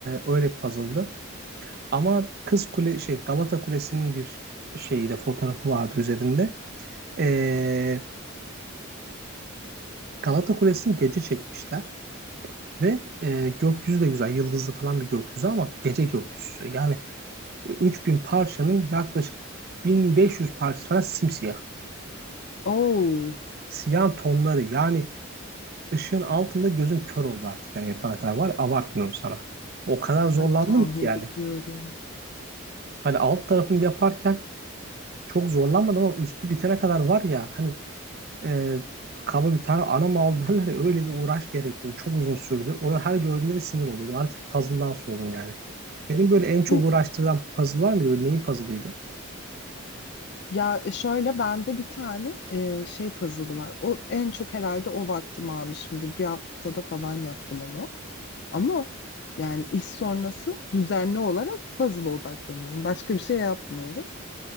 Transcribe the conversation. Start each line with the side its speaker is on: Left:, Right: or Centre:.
Right: öyle bir puzzle'dı. Ama Kız Kule şey Galata Kulesi'nin bir şeyi de fotoğrafı vardı üzerinde. E, Galata Kulesi'ni gece çekmişler ve e, gökyüzü de güzel, yıldızlı falan bir gökyüzü ama gece gökyüzü. Yani E, 3000 parçanın yaklaşık 1500 parçası falan simsiyah.
Left: Oo,
Right: Siyah tonları yani ışığın altında gözüm kör oldu artık yani yapana kadar var. Abartmıyorum sana. O kadar zorlandım
Left: ay tahmin
Right: ki yani.
Left: ediyorum.
Right: Hani alt tarafını yaparken çok zorlanmadım ama üstü bitene kadar var ya hani e, kaba bir tane ana mal <laughs> derler ya, öyle bir uğraş gerektirdi. Çok uzun sürdü. Onu her gördüğümde de sinir oluyordum. Artık puzzle'dan soğudum yani. Senin böyle en çok
Left: Hı.
Right: uğraştırılan puzzle var mıydı? Böyle neyin puzzle'ıydı?
Left: Ya e, şöyle bende bir tane e, şey puzzle'ı var. O en çok herhalde o vaktimi almışımdır. Bir haftada falan yaptım onu. Ama yani iş sonrası düzenli olarak puzzle'a odaklanıyorum. Başka bir şey yapmıyorum.